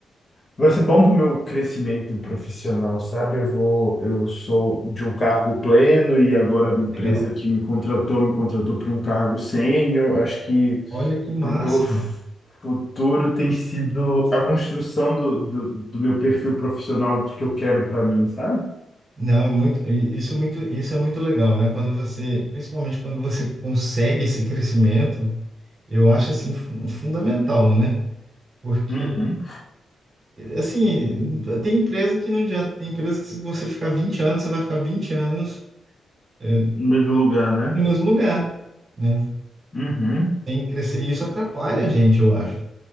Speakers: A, on the left; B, on the right.
A: Vai ser bom para o meu crescimento profissional, sabe? Eu vou, eu sou de um cargo pleno e agora a empresa
B: Legal.
A: que me contratou, me contratou para um cargo sênior. Eu Acho que
B: Olha que máximo.
A: para o meu f- futuro tem sido a construção do, do, do meu perfil profissional que eu quero para mim, sabe?
B: Não, é muito, i- isso é muito, isso é muito legal, né? Quando você, principalmente quando você consegue esse crescimento, eu acho assim fun- fundamental, né? Porque
A: Uhum.
B: assim, tem empresa que não adianta, tem empresa que se você ficar 20 anos, você vai ficar 20 anos é,
A: No mesmo lugar, né?
B: no mesmo lugar, né?
A: Uhum.
B: Tem que crescer e isso atrapalha a gente, eu acho,